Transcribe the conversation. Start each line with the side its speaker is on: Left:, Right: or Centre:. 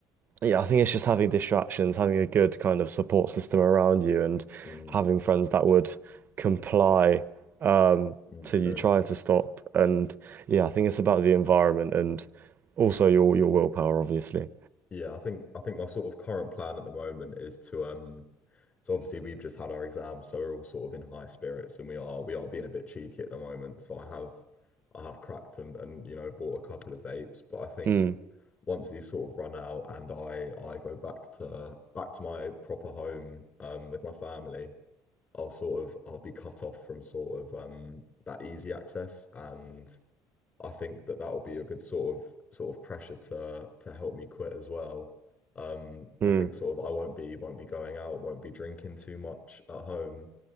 Right: yeah, I think it's just having distractions, having a good kind of support system around you, and
Left: mm,
Right: having friends that would comply um,
Left: mm,
Right: to
Left: true.
Right: you trying to stop. And yeah, I think it's about the environment and also your your willpower, obviously.
Left: Yeah, I think I think my sort of current plan at the moment is to um so obviously we've just had our exams, so we're all sort of in high spirits and we are we are being a bit cheeky at the moment. So I have I have cracked and, and you know bought a couple of vapes, but I think
Right: Mm,
Left: once these sort of run out and I I go back to back to my proper home um with my family, I'll sort of I'll be cut off from sort of um that easy access and I think that that'll be a good sort of sort of pressure to to help me quit as well. Um,
Right: mm.
Left: I think sort of I won't be won't be going out, won't be drinking too much at home,